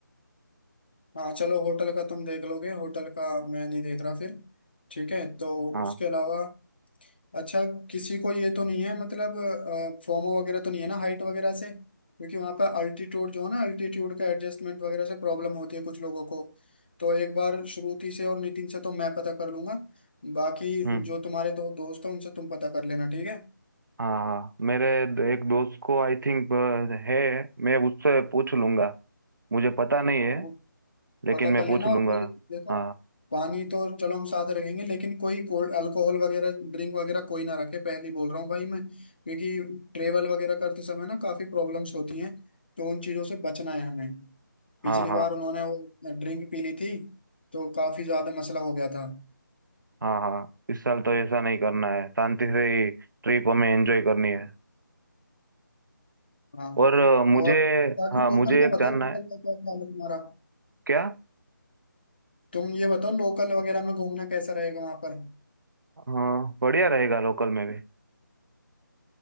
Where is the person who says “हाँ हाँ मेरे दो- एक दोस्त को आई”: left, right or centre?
Right